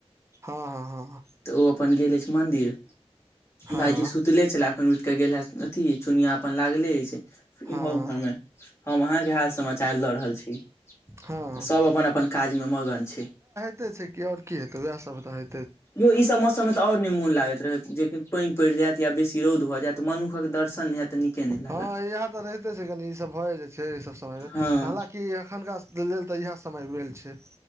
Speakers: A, on the right; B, on the left.
A: हँ हँ हँहँ
B: तऽ ओ अपन गेले छैथ मंदिर
A: हँ
B: भाईजी सुतले छला एखन उठि के गेल ह अथी चुनिया अपन लागले अछि
A: हँ
B: इम्हर उम्हरमे
A: हँ
B: हम अहा के हाल सम चार ल रहल छी तऽ
A: हँ
B: सभ अपन अपन काजमे मगन छैय।
A: ते छैय कि आओरी की हेतै वैह सब तऽ हे
B: यौ ई सब मौसममे तऽ और नहि मोन लागैत रहे जे पानि पड़ि जायत या बेसी रौद भऽ जायत मनुषक दर्शन नहि हैत त नीके नहि लागत
A: हँ इह तऽ रहिते छैय कनी ई सब भए जा छैय ई सब समयमे
B: हँ
A: हलाकि एखनका लेल तऽ इएह समय भेल छैय।